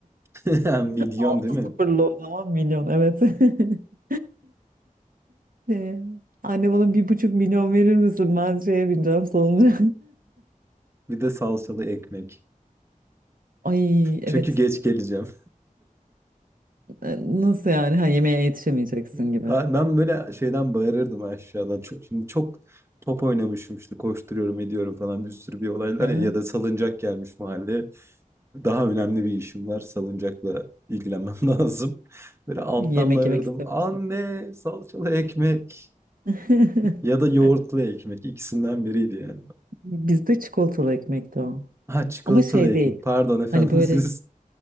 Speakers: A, on the right; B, on the right.
A: ya. <laughs> Milyon
B: Altı
A: değil mi?
B: sıfırlı o zaman milyon evet. <laughs> Ee, Anne bana bir buçuk milyon verir misin? Ben şeye bineceğim sonunda.
A: Bir de salçalı ekmek.
B: <laughs> Ay evet.
A: Çünkü geç geleceğim.
B: Ee, Nasıl yani? Ha yemeğe yetişemeyeceksin
A: <laughs>
B: gibi.
A: Aa, Ben böyle şeyden bağırırdım aşağıdan. Çok, şimdi çok top oynamışım işte koşturuyorum ediyorum falan bir sürü bir olaylar
B: Ha?
A: ya ya da salıncak gelmiş mahalleye. Daha önemli bir işim var. Salıncakla ilgilenmem <laughs> lazım. Böyle alttan
B: Yemek
A: bağırırdım.
B: yemek istemiyorsun.
A: Anne salçalı ekmek
B: <laughs>
A: ya da yoğurtlu ekmek ikisinden biriydi yani.
B: Bizde çikolatalı ekmekti o.
A: Ha çikolatalı
B: Ama şey
A: eğitim.
B: değil.
A: Pardon efendim
B: Hani böyle
A: <laughs> siz.